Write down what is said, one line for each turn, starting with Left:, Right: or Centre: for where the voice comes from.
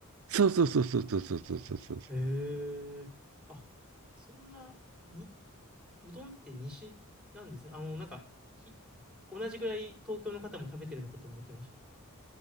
Right: そうそうそうそうそうそうそうそうそう。
Centre: へえ、あ、そんな、に、うどんって西なんですね。あの、なんか、ひ、同じぐらい東京の方も食べてるのかと思ってまし